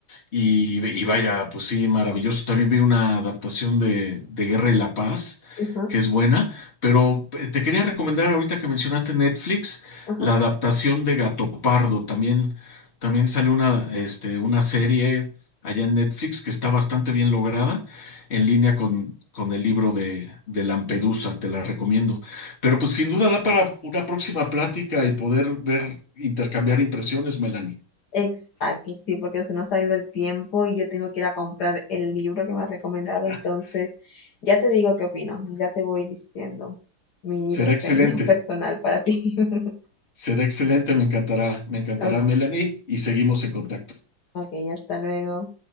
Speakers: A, on the left (about 30°); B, on the left (about 55°).
A: Y, y vaya, pues sí, maravilloso. También vi una adaptación de, de Guerra y la Paz,
B: Ajá,
A: que es buena, pero eh, te quería recomendar ahorita que mencionaste Netflix,
B: ajá.
A: la adaptación de Gato Pardo. También, también salió una, este, una serie allá en Netflix que está bastante bien lograda, en línea con, con el libro de, de Lampedusa, te la recomiendo. Pero pues sin duda da para una próxima plática y poder ver, intercambiar impresiones, Melanie.
B: Exacto, sí, porque se nos ha ido el tiempo y yo tengo que ir a comprar el libro que me has recomendado,
A: <laughs>
B: entonces ya te digo qué opino, ya te voy diciendo mi
A: Será
B: reseña
A: excelente.
B: <laughs> personal para ti. <laughs>
A: Será excelente, me encantará, me encantará,
B: Ok,
A: Melanie, y seguimos en contacto.
B: ok, hasta luego.